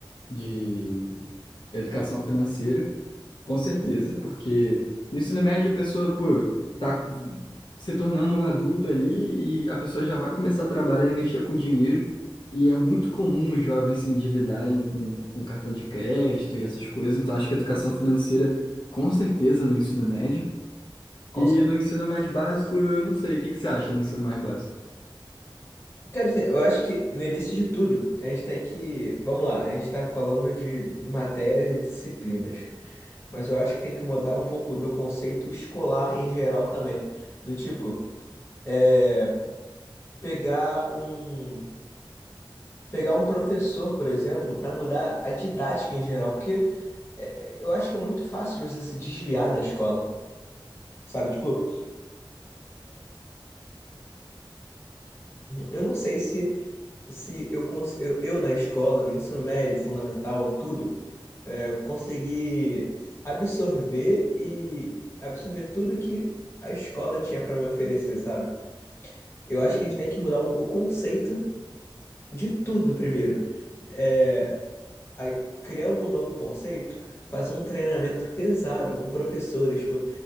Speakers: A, on the left (about 60°); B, on the left (about 30°).
A: de educação financeira, com certeza,
B: Sim.
A: porque no ensino médio a pessoa, pô, tá se tornando um adulto ali e a pessoa já vai começar a trabalhar e mexer com dinheiro. E é muito comum os jovens se endividarem com, com cartão de crédito e essas coisas. Então, acho que a educação financeira, com certeza, no ensino médio.
B: Com
A: E no ensino mais básico, eu não sei. O que que você acha no ensino mais básico?
B: Cara, assim, eu acho que no início de tudo, a gente tem que. Vamos lá, a gente está falando de matérias e disciplinas. Mas eu acho que tem que mudar um pouco do conceito escolar em geral também. Do tipo, é, pegar um pegar um professor, por exemplo, para mudar a didática em geral, porque é, é, eu acho que é muito fácil de você se desviar da escola. Sabe, tipo, eu não sei se, se eu, cons- eu, eu na escola, no ensino médio, fundamental, tudo, é, conseguir absorver e absorver tudo que a escola tinha para me oferecer, sabe? Eu acho
A: Sei.
B: que a gente tem que mudar um- o conceito de tudo primeiro. É, aí, criando um novo conceito, fazer um treinamento pesado com professores. tipo,